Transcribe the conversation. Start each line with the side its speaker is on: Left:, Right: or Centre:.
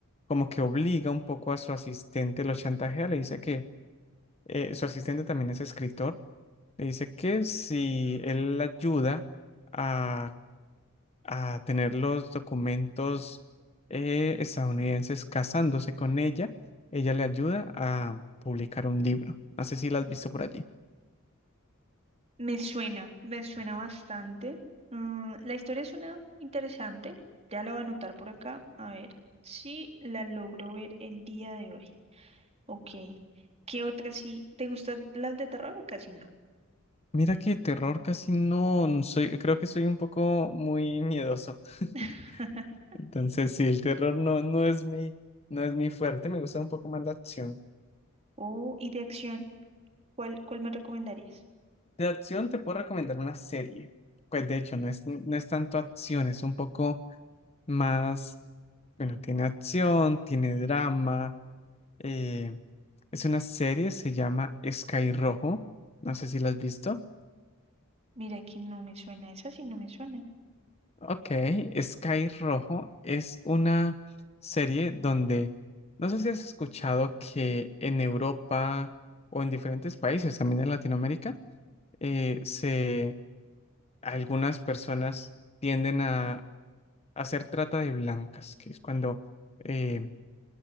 Left: como que obliga un poco a su asistente, lo chantajea, le dice que eh, su asistente también es escritor, le dice que si él la ayuda, a a tener los documentos eh, estadounidenses casándose con ella, ella le ayuda a publicar un libro. No sé si la has visto por allí.
Right: Me suena, me suena bastante. Mm, la historia suena interesante. Ya la voy a anotar por acá. A ver si la logro ver el día de hoy. Ok. ¿Qué otra sí? ¿Te gustan las de terror o casi no?
Left: Mira que terror casi no, no soy, creo que soy un poco muy miedoso. <laughs>
Right: <laughs>
Left: Entonces, sí, el terror no, no es mi, no es mi fuerte, me gusta un poco más la acción.
Right: Oh, y de acción, ¿cuál, cuál me recomendarías?
Left: De acción te puedo recomendar una serie. Pues de hecho, no es, no es tanto acción, es un poco más, bueno, tiene acción, tiene drama, Eh, es una serie, se llama Sky Rojo. No sé si la has visto.
Right: Mira que no me suena, esa sí no me suena.
Left: Ok, Sky Rojo es una serie donde, no sé si has escuchado que en Europa o en diferentes países, también en Latinoamérica, eh, se, algunas personas tienden a hacer trata de blancas, que es cuando eh,